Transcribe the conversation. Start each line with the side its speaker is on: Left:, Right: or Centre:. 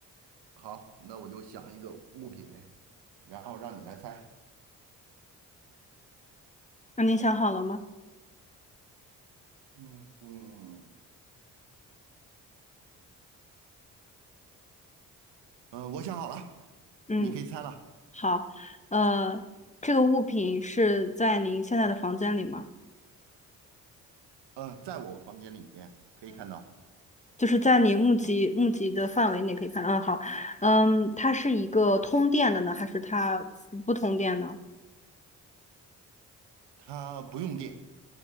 Right: 好，那我就想一个物品，然后让你来猜。
Left: 那您想好了吗？
Right: 嗯嗯，嗯，我想好了，
Left: 嗯，
Right: 你可以猜了。
Left: 好，呃，这个物品是在您现在的房间里吗？
Right: 呃，在我房间里面可以看到，
Left: 就是在你目及目及的范围内可以看。嗯，好，嗯，它是一个通电的呢，还是它不通电呢？
Right: 它不用电。